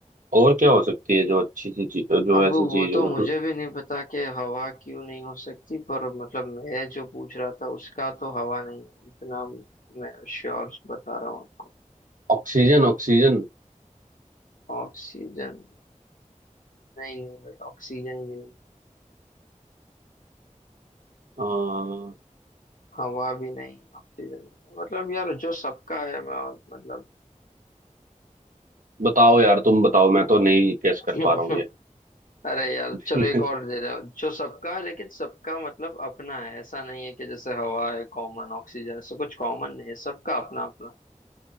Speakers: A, on the right; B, on the left.
A: और क्या हो सकती है जो अच्छी सी चीज जो
B: अब
A: ऐसी चीज
B: वो तो
A: हो
B: मुझे
A: मतलब
B: भी नहीं पता कि हवा क्यों नहीं हो सकती पर मतलब मैं जो पूछ रहा था उसका तो हवा नहीं है इतना मैं श्योर बता रहा हूँ आपको
A: Oxygen oxygen
B: ऑक्सीजन नहीं नहीं भाई ऑक्सीजन भी नहीं
A: हाँ
B: हवा भी नहीं ऑक्सीजन भी नहीं मतलब यार जो सबका है मैं मतलब
A: बताओ यार तुम बताओ मैं तो नहीं गेस
B: <laughs>
A: कर पा रहा हूँ ये
B: अरे यार
A: <laughs>
B: चलो एक और दे दो जो सबका है लेकिन सबका मतलब अपना है ऐसा नहीं है कि जैसे हवा है कॉमन ऑक्सीजन ऐसा कुछ कॉमन नहीं है सबका अपना अपना